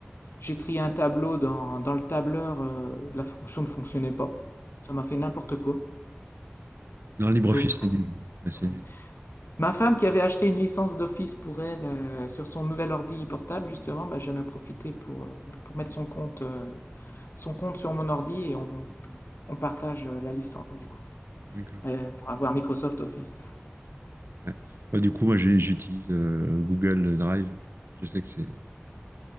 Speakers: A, on the left; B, on the right.
A: J'ai trié un tableau dans, dans le tableur, euh, la fonction ne fonctionnait pas. Ça m'a fait n'importe quoi.
B: Non, LibreOffice,
A: Donc,
B: c'est nul. Là, C'est
A: ouais.
B: nul.
A: Ma femme qui avait acheté une licence d'office pour elle euh, sur son nouvel ordi portable, justement, bah, j'en ai profité pour, euh, pour mettre son compte, euh, son compte sur mon ordi et on, on partage euh, la licence du coup
B: D'accord.
A: euh, pour avoir Microsoft Office.
B: Ouais. Ouais, du coup, moi, j'ai- j'utilise euh, Google Drive. Je sais que c'est